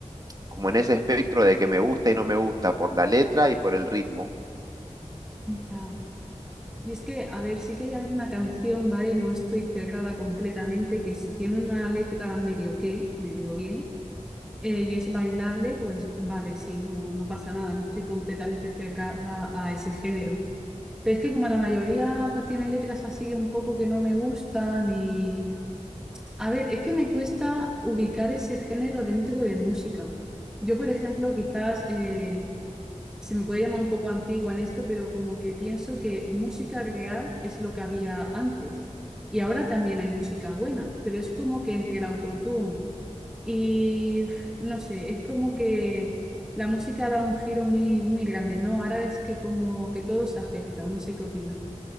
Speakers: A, on the right; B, in the centre.
A: como en ese espectro de que me gusta y no me gusta, por la letra y por el ritmo.
B: Ya. Y es que, a ver, sí que hay alguna canción, ¿vale? No estoy cerrada completamente, que si tiene una letra medio que, medio bien, eh, y es bailable, pues vale, sí, no, no pasa nada, no estoy completamente cerrada a ese género. Pero es que como la mayoría, pues tienen letras así un poco que no me gustan y... A ver, es que me cuesta ubicar ese género dentro de música. Yo, por ejemplo, quizás... eh, se me puede llamar un poco antigua en esto, pero como que pienso que música real es lo que había antes. Y ahora también hay música buena, pero es como que entre el autotune y pf, no sé, es como que la música da un giro muy, muy grande, ¿no? Ahora es que como que todo se acepta, no sé qué opina.